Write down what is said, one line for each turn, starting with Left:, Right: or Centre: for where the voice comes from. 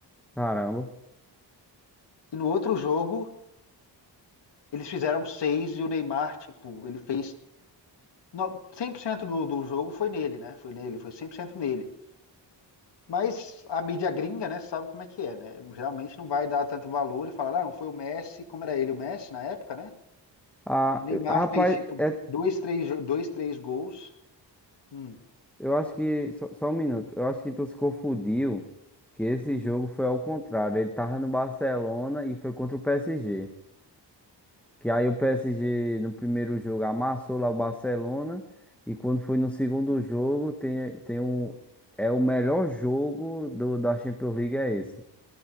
Centre: Caramba.
Left: E no outro jogo, eles fizeram seis e o Neymar, tipo, ele fez. no- cem por cento do, do jogo foi nele, né? Foi nele, foi 100% nele. Mas a mídia gringa, né, sabe como é que é, né? Geralmente não vai dar tanto valor e falar, ah, não foi o Messi, como era ele, o Messi na época, né?
Centre: Ah,
Left: O Neymar
Centre: rapaz,
Left: fez, tipo,
Centre: é
Left: dois, três, jo- dois, três gols. Hum.
Centre: Eu acho que. Só, só um minuto. Eu acho que tu se confundiu que esse jogo foi ao contrário. Ele tava no Barcelona e foi contra o PSG. Que aí o PSG no primeiro jogo amassou lá o Barcelona. E quando foi no segundo jogo, tem, tem um. É o melhor jogo do, da Champions League, é esse.